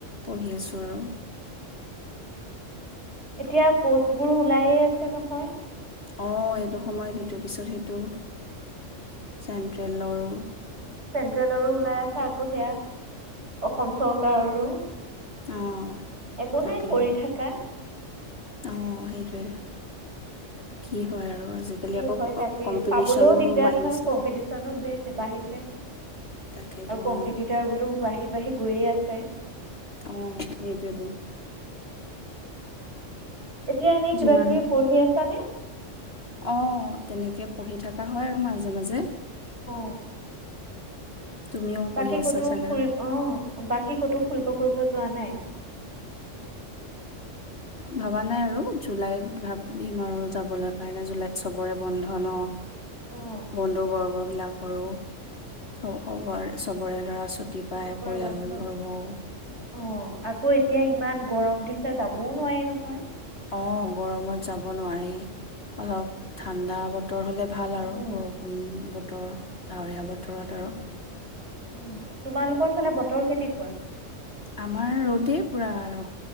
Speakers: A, on the left; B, on the right.
A: পঢ়ি আছো আৰু
B: এতিয়া পষ্টবোৰো ওলায়ে আছে নহয়।
A: অ', এইটো সময় দি ইটোৰ পিছত সেইটো চেণ্ট্ৰেলৰো
B: চেন্ট্ৰেলৰো ওলাই আছে। আকৌ সেয়া অসম চৰকাৰৰো
A: উ'ম
B: একো
A: তাকেইতো
B: নাই কৰি থাকা।
A: অ', সেইটোৱে কি হয় আৰু আজিকালি
B: কি
A: আকৌ
B: হয় তাকেই
A: কম্পিটিচনো
B: পাবলৈও দিগদাৰ
A: বাঢ়িছে
B: নহয়, কম্পিটিচনো বাঢ়িছে
A: তাকেইতো
B: আৰু কম্পিটিটাৰ
A: অ',
B: বোও বাঢ়ি বাঢ়ি গৈয়ে আছে।
A: অ সেইটোইতো
B: এতিয়া এনেই কিবা
A: যিমান
B: কিবি
A: সময়
B: পঢ়ি আছানে।
A: অ', তেনেকে -পঢ়ি থকা হয় আৰু মাজে মাজে
B: <unintelligible>
A: তুমিও পঢ়ি
B: বাকী
A: আছা
B: কতো
A: চাগে
B: ফুৰিব
A: আৰু
B: অ', বাকী ক'তো ফুৰিব কৰিব যোৱা নাই।
A: ভবা নাই আৰু জুলাইত ভাবিম
B: উম,
A: আৰু যাব লাগে। <inaudible> জুলাইত চবৰে বন্ধন
B: অঁ
A: বন্ধু বৰ্গ বিলাকৰো সবৰে চবৰে লৰা ছোৱালি ৰা পাই
B: চবৰে
A: পৰিয়ালবৰ্গওঁ
B: বন্ধ অঁ আকৌ এতিয়া ইমান গৰম দিছে যাব যাবওঁ নোৱাৰি নহয়।
A: অ গৰমত যাব নোৱাৰি অলপ ঠাণ্ডা ব বতৰ হ'লে ভাল
B: উম
A: আৰু বৰষুণ বতৰ ডাৱৰীয়া বতৰত আৰু
B: উ তোমালোকৰ ফালে বতৰ কেনেকুৱা
A: আমাৰ ৰ'দেই পুৰা আৰু